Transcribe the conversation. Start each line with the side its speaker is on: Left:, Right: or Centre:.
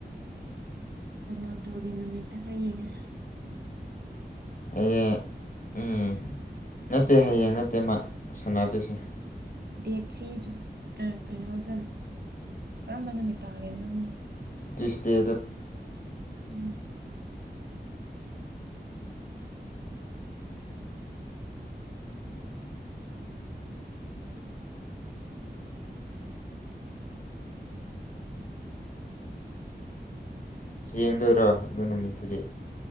Right: ꯔꯅꯞꯗꯒꯤ ꯅꯨꯃꯤꯠꯠꯇ ꯍꯥꯏꯌꯦꯡꯉꯦ
Left: ꯍꯌꯦꯡ ꯎꯝ ꯅꯠꯇꯦ ꯍꯌꯦꯡ ꯅꯠꯇꯦ ꯃꯥ ꯁꯅꯗꯣꯏꯁꯦ
Right: ꯗꯦꯠ ꯊ꯭ꯔꯤꯖꯨ ꯀꯩꯅꯣꯗ ꯀꯔꯝꯕ ꯅꯨꯃꯤꯠ ꯇꯥꯒꯦꯗꯪꯅꯣ
Left: ꯀꯤꯁ ꯗꯗꯠ
Right: ꯎꯝ
Left: ꯌꯦꯡꯗꯣꯏꯔꯣ ꯑꯗꯨ ꯅꯨꯃꯤꯠꯇꯨꯗꯤ